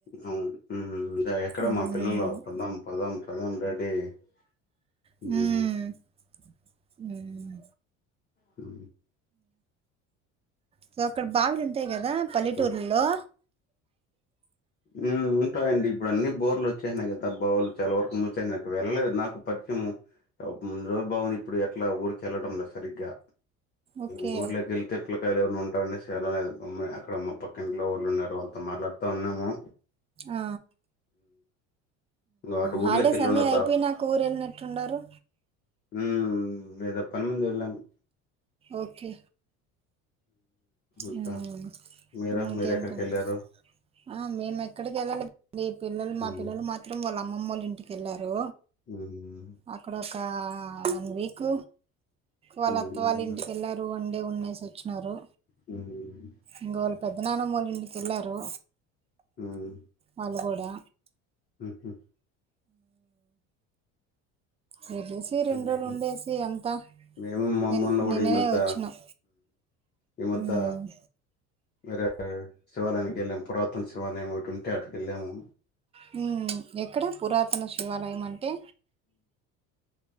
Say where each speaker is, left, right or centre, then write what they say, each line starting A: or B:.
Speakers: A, on the left; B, on the right.
A: అవును ఎక్కడ
B: ఉమ్
A: మా పిల్లలు పోదాం పోదాం పోదాం డాడీ డి
B: హ్మ్. హ్మ్.
A: హు
B: సో అక్కడ బావులు ఉంటాయి కదా పల్లెటూర్లలో
A: ఇంకా హ్మ్ ఉంటాయిడి ఇప్పుడు అన్ని బోర్లు వచ్చాయనాయి కదా బావులు చాలా వరకు మూసినాయి వెళ్ళలేదు నాకు ప కొంచెం ముందులో భావన ఇప్పుడు ఎట్లా ఊరికి వెళ్లడం లేదు సరిగ్గా
B: ఓకే.
A: ఉ ఊర్లకెళ్తే పిల్లకాయలు ఎవరైనా ఉంటారనేసి వెళ్లలేదు అక్కడ మా పక్కింట్లో వాళ్లు ఉన్నారు వాళ్లతో మాట్లాడుతున్నాము
B: ఆ
A: అటు
B: హాలిడేస్
A: ఊర్లోకి వెళ్ళి
B: అన్ని
A: ఉండాల
B: అయిపోయినాక ఊరు వెళ్ళినట్టున్నారు
A: హ్మ్ ఏదో పని మీద వెళ్ళను
B: ఓకే
A: ఇంకా
B: హ్మ్.
A: మీరా
B: ఇంకేంటండి?
A: మీరెఎక్కడికి వెళ్ళారు
B: ఆ మేము ఎక్కడికి వెళ్ళాలే మీ పిల్లలు మా
A: హ్మ్.
B: పిల్లలు మాత్రం వాళ్ళ అమ్మమ్మళ్ళ ఇంటికి ఎళ్ళారు
A: హ్మ్.
B: అక్కడోకా వన్ వీక్ వాళ్ళ
A: హ్మ్.
B: అత్త వాళ్ళు ఇంటికెళ్ళారు వన్ డే ఉండేసి వచ్చినారు
A: హ్మ్.
B: ఇంకో వాళ్ళు పెద్ద నానమ్మవోల్ల ఇంటికి వెళ్ళారు
A: హ్మ్.
B: వాళ్ళు కూడా
A: హుహు
B: వెళ్లేసి ఇ రెండ్రోలుండేసి
A: అండి
B: అంతా
A: మేము మా
B: నిన్
A: అమ్మోళ్ళు కూడా
B: నిన్ననే
A: ఈ మద్ద
B: వచ్చినాం
A: ఈ మద్ద
B: మ్మ్
A: వేరే శివాలయానికి వెళ్ళాము పురాతన శివాలయం ఒకటి ఉంటే అటికి వెళ్ళాము
B: హ్మ్ ఎక్కడ పురాతన శివాలయం అంటే